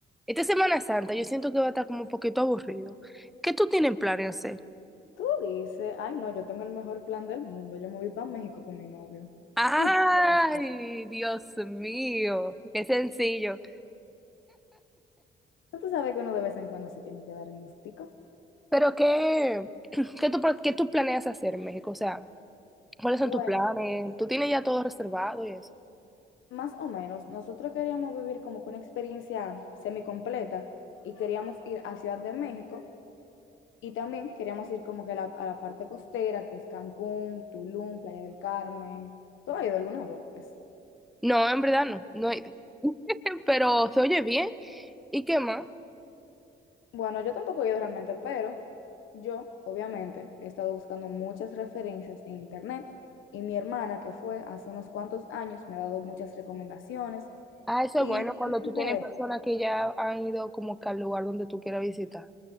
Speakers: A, in the centre; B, on the left (about 80°).
A: Esta Semana Santa yo siento que va a estar como un poquito aburrido. ¿Qué tú tienes planes hacer?
B: Tú dices, ay no, yo tengo el mejor plan del mundo, yo me voy para México con mi novio.
A: Ay,
B: Y tú, ¿cómo así?
A: Dios mío, qué sencillo.
B: ¿No tú sabes que uno de vez en cuando se tiene que dar en gustico.
A: Pero qué, <clears throat> qué tú, pro- qué tú planeas hacer en México? O sea, ¿cuáles
B: Bueno,
A: son tus planes? ¿Tú tienes ya todo reservado y eso?
B: más o menos, nosotros queríamos vivir como que una experiencia semicompleta y queríamos ir a Ciudad de México y también queríamos ir como que a la, a la parte costera, que es Cancún, Tulum, Playa del Carmen. ¿Tú has ido alguna vez?
A: No, en verdad no, no he ido. <laughs> Pero se oye bien. ¿Y qué más?
B: Bueno, yo tampoco he ido realmente, pero yo, obviamente, he estado buscando muchas referencias en internet y mi hermana, que fue hace unos cuantos años, me ha dado muchas recomendaciones
A: Ah, eso
B: y
A: es bueno cuando
B: realmente,
A: tú tienes personas que ya han ido como que al lugar donde tú quieras visitar.